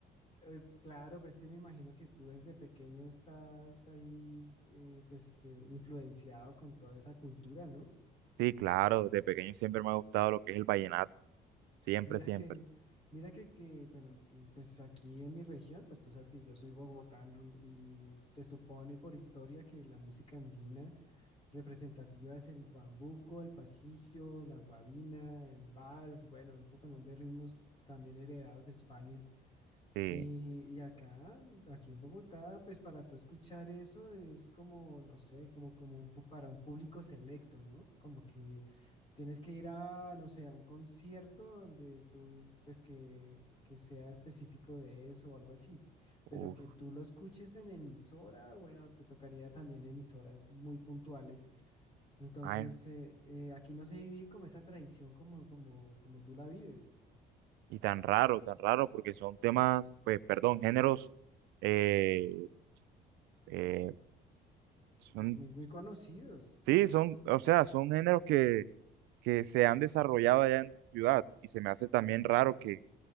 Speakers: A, on the left (about 35°); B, on the right (about 85°).
A: Pues, claro, pues que me imagino que tú desde pequeño estás ahí, eh, pues, eh, influenciado con toda esa cultura, ¿no?
B: Sí, claro, de pequeño siempre me ha gustado lo que es el vallenato. Siempre,
A: Mira
B: siempre.
A: que, mira que, que, bueno, tú, pues aquí en mi región, pues tú sabes que yo soy bogotano y, y se supone por historia que la música andina representativa es el bambuco, el pasillo, la guabina, el vals, bueno, un poco ¿no? de ritmos también heredados de España.
B: Sí.
A: Y, y acá, aquí en Bogotá, pues para tú escuchar eso es como, no sé, como, como un pu- para un público selecto, ¿no? Como que tienes que ir a, no sé, a un concierto donde tú, pues que, que sea específico de eso o algo así, pero
B: Uf.
A: que tú lo escuches en emisora, bueno, te tocaría también emisoras muy puntuales. Entonces,
B: Ay,
A: eh, eh, aquí no se vive como esa tradición como, como, como tú la vives.
B: y tan raro, tan raro, porque son temas, pues, perdón, géneros eh, eh, Son,
A: Es muy, muy conocidos.
B: sí, son, o sea, son géneros que, que se han desarrollado allá en tu ciudad y se me hace también raro que,